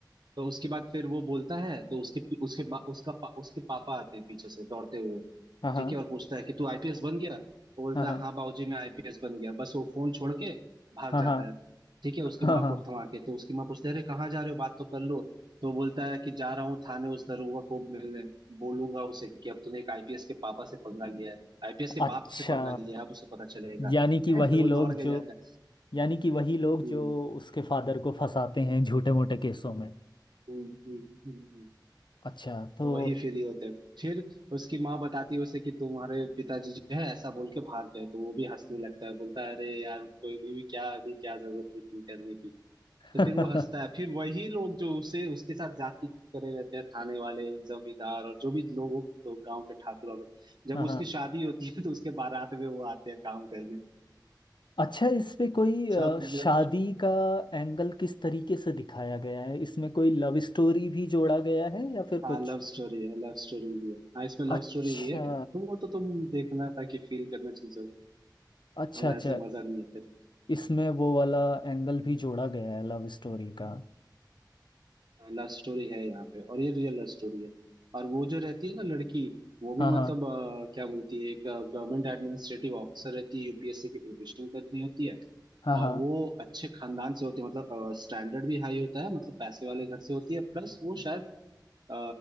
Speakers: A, on the right; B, on the left.
A: तो उसके बाद फिर वो बोलता है तो उसके उसके बा, उसका पा, उसके पापा आते हैं पीछे से दौड़ते हुए
B: हाँ हाँ
A: ठीक है और पूछता है कि तू आईपीएस बन गया वो बोलता
B: हाँ
A: है हाँ बाबूजी मैं आईपीएस बन गया बस वो फोन छोड़ के भाग
B: हाँ
A: जाता
B: हाँ
A: है ठीक है उसकी
B: हाँ
A: माँ
B: हाँ हाँ
A: को थमा के तो उसकी माँ पूछती है अरे कहाँ जा रहे हो बात तो कर लो तो वो बोलता है कि जा रहा हूँ थाने उस दरोगा को मिलने बोलूंगा उसे कि अब तूने एक आईपीएस के पापा से पंगा लिया है आईपीएस के
B: अच्छा
A: बाप से पंगा लिया है अब उसे पता चलेगा
B: यानी कि वही
A: <laughs> तो वो
B: लोग
A: दौड़ के
B: जो
A: जाता है
B: यानी कि वही लोग
A: हम्म
B: जो उसके फादर को फंसाते हैं झूठे मोटे केसों में
A: हम्म हम्म हम्म, हम्म।
B: अच्छा तो
A: तो वही फ्री होते हैं फिर उसकी माँ बताती है उसे कि तुम्हारे पिताजी जो है ऐसा बोल के भाग गए तो वो भी हंसने लगता है बोलता है अरे यार कोई भी, भी क्या अभी क्या जरूरत थी इतनी करने की
B: <laughs>
A: तो फिर वो हंसता
B: हाँ
A: है फिर वही लोग जो उसे उसके साथ जाति करे रहते हैं थाने वाले जमींदार और जो भी लोगों तो गांव के ठाकुर वाकुर, जब
B: हाँ
A: उसकी शादी होती है तो उसके बारात में वो आते हैं काम करने
B: अच्छा इसपे कोई
A: <laughs>
B: अ,
A: समझो
B: शादी का एंगल किस तरीके से दिखाया गया है इसमें कोई लव स्टोरी भी जोड़ा गया है या फिर
A: हाँ
B: कुछ
A: लव स्टोरी है लव स्टोरी भी है हाँ इसमें लव
B: अच्छा
A: स्टोरी भी है तुम वो तो तुम देखना ताकि फील करना चीजों को
B: अच्छा
A: वरना
B: अच्छा
A: ऐसे मजा नहीं है
B: इसमें वो वाला एंगल भी जोड़ा गया है लव स्टोरी का
A: लव स्टोरी है यहाँ पे और ये रियल लव स्टोरी है और वो जो रहती है ना लड़की वो भी
B: हाँ हाँ
A: मतलब अ, क्या बोलती है एक गवर्नमेंट एडमिनिस्ट्रेटिव ऑफिसर रहती है यूपीएससी की प्रिपरेशन कर रही होती है
B: हाँ हाँ
A: और वो अच्छे खानदान से होती है मतलब स्टैंडर्ड भी हाई होता है मतलब पैसे वाले घर से होती है प्लस वो शायद अ,